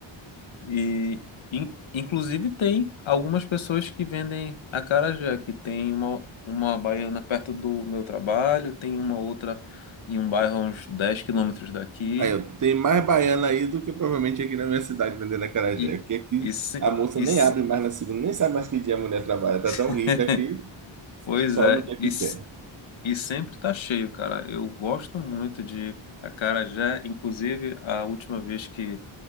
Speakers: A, on the left; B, on the right.
A: e in- inclusive tem algumas pessoas que vendem acarajé, que tem uma, uma baiana perto do meu trabalho, tem uma outra em um bairro a uns 10 quilômetros daqui.
B: Aí, eu tenho mais baiana aí do que provavelmente aqui na minha cidade vendendo acarajé.
A: E,
B: Porque aqui
A: e, se-
B: a moça
A: e,
B: nem
A: se-
B: abre mais na segunda, nem sabe mais que dia a mulher trabalha. Tá
A: <laughs>
B: tão rica que
A: pois
B: sobe
A: é,
B: o dia
A: e,
B: que quer.
A: E sempre tá cheio, cara. Eu gosto muito de acarajé. Inclusive, a última vez que